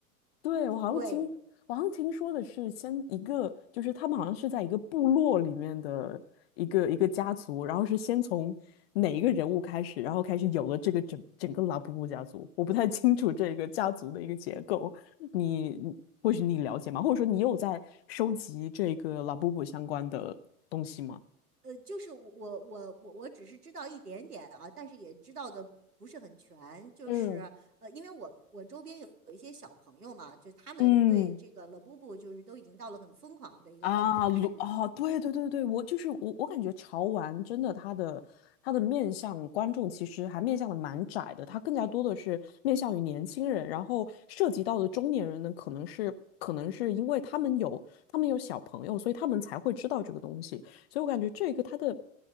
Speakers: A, on the left; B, on the right.
A: 对，
B: 对，
A: 我好像听我好像听说的是，先一个就是他们好像是在一个部落里面的一个一个家族，然后是先从哪一个人物开始，然后开始有了这个整整个拉布布家族。我不太清楚这个家族的一个结构，你你或许你了解吗？或者说你有在收集这个拉布布相关的东西吗？
B: 呃，就是我我我我我只是知道一点点啊，但是也知道的不是很全，就是呃，
A: 嗯
B: 因为我我周边有有一些小朋友嘛，就是他们对这个
A: 嗯，
B: l a b u b 就是都已经到了很疯狂的一个状态，
A: 啊，鲁啊，对对对对，我就是我，我感觉潮玩真的它的它的面向观众其实还面向的蛮窄的，它更加多的是面向于年轻人，然后涉及到的中年人呢，可能是可能是因为他们有他们有小朋友，所以他们才会知道这个东西，所以我感觉这个它的。